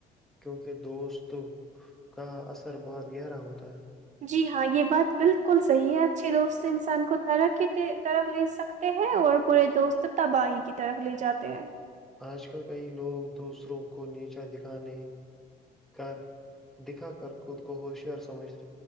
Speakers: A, in the centre; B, on the right.
A: کیونکہ دوست کا اثر بہت گہرا ہوتا ہے
B: جی ہاں یہ بات بالکل صحیح ہے اچھے دوست انسان کو طرح کی طرف لے سکتے ہیں اور برے دوست تباہی کی طرف لے جاتے ہیں
A: آج کل کئی لوگ دوسروں کو نیچا دکھانے کر دکھا کر خود کو ہوشیار سمجھتے